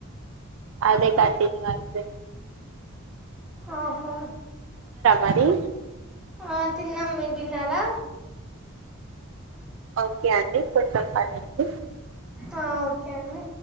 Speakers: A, on the right (about 65°); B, in the centre.
A: అదే కంటిన్యూ అయితుంది
B: ఆహో
A: మరి
B: ఆ తిన్నాము మీరూ తిన్నారా
A: ఓకే అండి కొంచెం పనిఅంది
B: ఆ ఓకే అండి